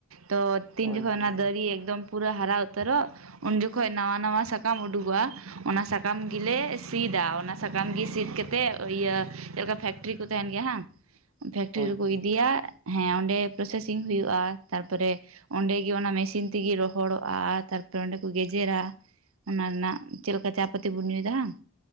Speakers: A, on the right; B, on the left.
A: ᱛᱚ ᱛᱤᱱ
B: ᱦᱳᱭ
A: ᱡᱚᱠᱷᱚᱱ
B: ᱦᱳᱭ
A: ᱚᱱᱟ ᱫᱟᱨᱤ ᱮᱠᱫᱚᱢ ᱯᱩᱨᱟᱹ ᱦᱟᱨᱟ ᱩᱛᱟᱹᱨᱚᱜ ᱩᱱ ᱡᱚᱠᱷᱚᱡ ᱱᱟᱣᱟ ᱱᱟᱣᱟ ᱥᱟᱠᱟᱢ ᱩᱰᱩᱠᱚᱜ-ᱟ ᱾ ᱚᱱᱟ ᱥᱟᱠᱟᱢ ᱜᱤᱞᱮ ᱥᱤᱫᱟ, ᱚᱱᱟ ᱥᱟᱠᱟᱢ ᱜᱤ ᱥᱤᱫ ᱠᱟᱛᱮᱫ ᱤᱭᱟᱹ ᱪᱮᱫ ᱞᱮᱠᱟ ᱯᱷᱮᱠᱴᱨᱤ ᱠᱚ ᱛᱟᱦᱮᱱ ᱜᱮᱭᱟ ᱦᱟᱝ ᱯᱷᱮᱠᱴᱨᱤ
B: ᱦᱳᱭ
A: ᱨᱮᱠᱚ
B: ᱦᱳᱭ
A: ᱤᱫᱤᱭᱟ ᱦᱮᱸ ᱚᱸᱰᱮ ᱯᱨᱚᱥᱮᱥᱤᱝ ᱦᱩᱭᱩᱜ-ᱟ ᱾ ᱛᱟᱨᱯᱚᱨᱮ ᱚᱱᱰᱮᱜᱮ ᱚᱱᱟ ᱢᱮᱥᱤᱱ ᱛᱤᱜᱤ ᱨᱚᱦᱚᱲᱚᱜ-ᱟ ᱛᱟᱨᱯᱚᱨᱮ ᱚᱸᱰᱮ ᱠᱚ ᱜᱮᱡᱮᱨᱟ ᱾ ᱚᱱᱟ ᱨᱮᱱᱟᱜ ᱪᱮᱫ ᱞᱮᱠᱟ ᱪᱟ ᱯᱟᱹᱛᱤ ᱵᱚᱱ ᱧᱩᱭᱮᱫᱟ ᱦᱟᱝ?